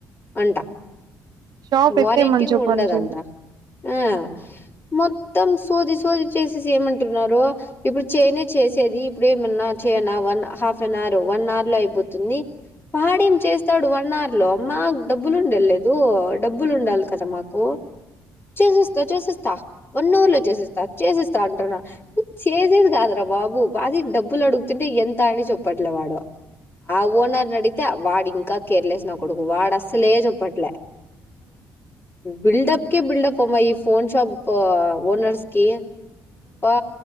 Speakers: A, on the left; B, on the right.
A: అంట
B: షాప్
A: వారెంటీ
B: ఎత్తేయమని చెప్పాల్సింది
A: ఉండదంట ఆహ్ మొత్తం సోది సోది చేసేసి ఏమంటున్నారు ఇప్పుడు చేయనే చేసేది ఇప్పుడు ఏమన్నా చేయనా one half an hour one hour లో అయిపోతుంది వాడేం చేస్తాడు వాడ్ వన్ అర్ లో మాకు డబ్బులు ఉండే లేదు డబ్బులు ఉండాలి కదా మా కు చేసిస్తా చేసిస్తా వన్ అవర్ లో చేసిస్తా చేసిస్తా తా అంటున్నా చేసేది కాదురా బాబు అది డబ్బులు అడుగుతుంటే ఎంత అని చెప్పట్లే వాడు ఆ ఓనర్నీ అడుగుతే వాడు ఇంకా కేర్లెస్ నా కొడుకు వాడు అస్సలే చెప్పట్లే బిల్డప్ కి బిల్డప్ అమ్మా ఈ ఫోన్ షాప్ ఓనర్స్కి వా